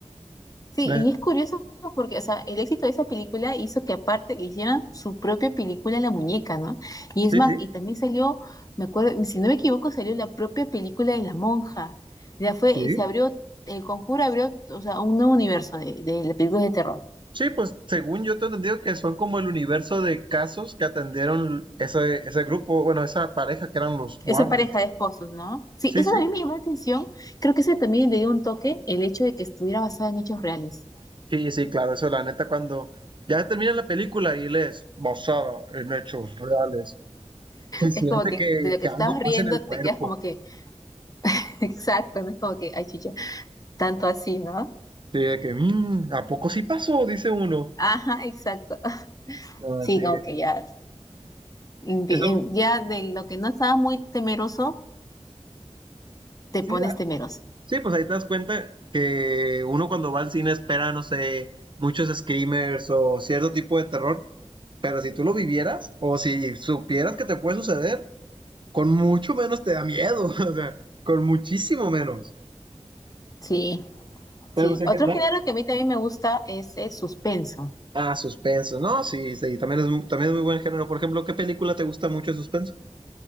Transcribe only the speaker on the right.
¿No
es?
Sí,
sí,
sí.
Sí, pues según yo te he entendido que son como el universo de casos que atendieron ese, ese grupo, bueno, esa pareja que eran los Warren.
Sí,
sí,
Sí, sí, claro, eso la neta cuando ya termina la película y lees basada en hechos reales, se siente
que,
que algo
pasa en el cuerpo.
Sí, de que, "Mm, ¿a poco sí pasó? Dice uno.
Ah,
sí,
eso,
sí,
ah,
sí, pues ahí te das cuenta que uno cuando va al cine espera, no sé, muchos screamers o cierto tipo de terror, pero si tú lo vivieras o si supieras que te puede suceder, con mucho menos te da miedo, <laughs> o sea, con muchísimo menos.
Pero
pues en
general,
Ah, suspenso. No, sí, sí, también es, mu- también es muy buen género. Por ejemplo, ¿qué película te gusta mucho de suspenso?